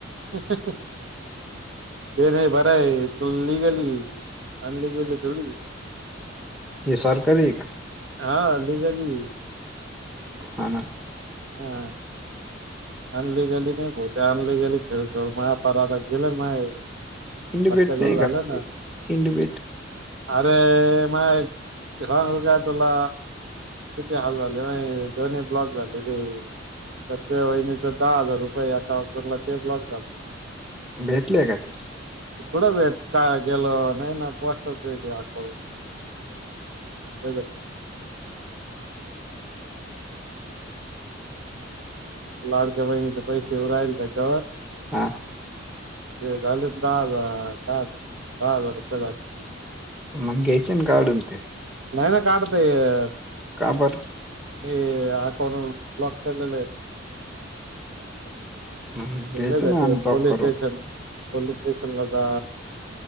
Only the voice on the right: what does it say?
<unintelligible> ते नाही बरं आहे तू लिगली हाय अनलीगली थोडीच
हा लिगली हाय
हम अनलिगली नाही भाऊ ते अनलिगली खेळ जाऊन माजे पार गेलं न माय
पत्ता गोल
झालं
ना
अरे माय सांगू का तुला किती हाल झाले दोन्ही ब्लॉक झालेले सध्या वहिनी दहा हजार रुपये अकाउंटला ते ब्लॉक झाले
कुढं भेटता गेला नाय ना पोस्टात आहे ते आकंऊट <unintelligible> होई <unintelligible> लाडक्या बहिणीचे पैसे येउ राहिले त्याच्यावर
झाल दहा हजार दहा दहा हजार रुपये झाले
नाही ना काढता येत
हे आकांऊट ब्लाक केलेले आहे
धरलय ना ते
पोलीस
स्टेशन पोलिस स्टेशन ला जा